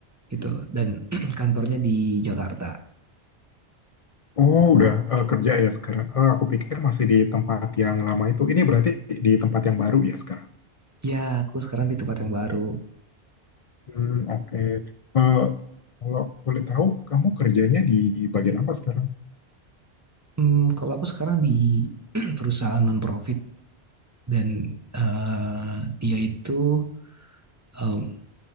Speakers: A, on the right (about 15°); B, on the left (about 50°).
A: gitu dan <clears throat> kantornya di Jakarta.
B: Oh, udah eh, kerja ya sekarang. Eh, aku pikir masih di tempat yang lama itu. Ini berarti di tempat yang baru ya sekarang.
A: Ya aku sekarang di tempat yang baru.
B: Hmm, oke. Eh, kalau boleh tahu, kamu kerjanya di bagian apa sekarang?
A: Hmm, kalau aku sekarang di <clears throat> perusahaan non profit dan eh, dia itu eh,